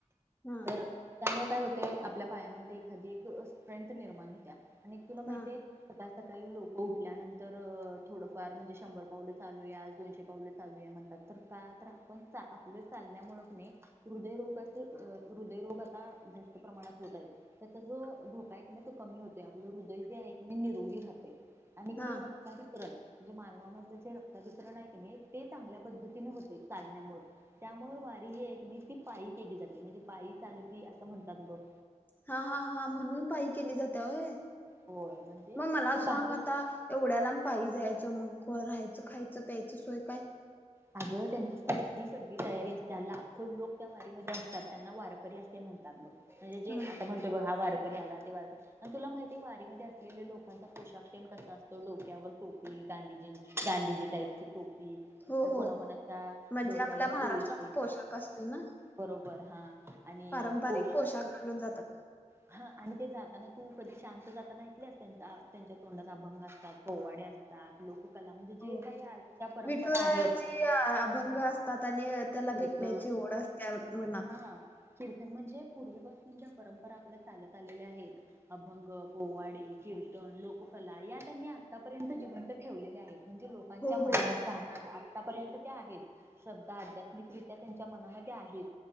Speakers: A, on the left (about 15°); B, on the right (about 20°).
A: हा
B: तर त्यामुळे काय होत ते आपल्या पायामध्ये एखादी एक स्ट्रेंथ निर्माण होत्या आणि तुला माहितय
A: हा
B: काही लोक उठल्यानंतर थोडंफार म्हणजे शंभर पावलं चालूया दोनशे पावलं चालू या म्हणतात तर का तर आपण आपलं चालण्यामुळ हृदयरोगाच हृदयरोग आता जात प्रमाणात होत त्याचा जो धोका कमी होते आपलं हृदय एक मी निरोगी राहते आणि
A: हा
B: रक्ताभिश्रण म्हणजे मानवामधलं जे रक्त भिश्रण आहे ते चांगल्या पद्धतीने होते चालण्यामुळे त्यामुळे वारी ही आहे की ती पायी केली जाते म्हणजे पायी चाल अस म्हण कात बक
A: हा हा हा म्हणून पाय केली जाते होय
B: होय म्हणजे
A: मग मला
B: तिथं
A: सांग
B: बाकी
A: आता एवढ्या लांब पायी मग राहायचं खायचं प्यायचं सोय काय
B: अगं त्यांची सती सगळी तयारी असते लाखो लोक त्या वारीमध्ये अस ात त्यांना वारकरी असे म्हणतात बघ म्हणजे जे
A: हम्म
B: आता म्हणतय बघ हा वार ला ते वार तुला माहिती वारी म असलेल्या लोकांचा पोशाख कसा असतो डोक्यावर टोपी गांधीजी गांधीजी टाईपची टोपी
A: हो हो
B: कोणाकोणाच्या
A: म्हणजे
B: डोक्यावर
A: आपल्या महाराष्ट्राचा
B: तुळशी
A: पोशाख असतोय ना
B: बरोबर हा आणि
A: पारंपरिक
B: पोशा
A: पोशाख घालून जातात
B: हा आणि ते जाताना तू कधी शांत जाताना ऐकले अस त्यां त्यांच्या तोंडात अभंग असतात पोवाडे असतात लोक कला म्हणजे जे
A: हो
B: काही आजच्या परंपरा
A: विठुरायाचे
B: आहेत
A: अभंग असतात त्याला
B: कीर्तन
A: भेटण्याची ओढ असल्या मनात
B: हा कीर्तन म्हणजे पूर्वीपासून ज्या परंपरा आपल्या चालत आलेल्या आहेत अभंग पोवाडे कीर्तन लोककला या त्यांनी आतापर्यंत जिवंत ठेवलेल्या आहेत म्हणजे लोकांच्या
A: हो
B: मनात
A: हो
B: जाणार आतापर्यंत ते आहेत श्रद्धा अद्या क्रित्या त्यांच्या मनामध्ये आहेत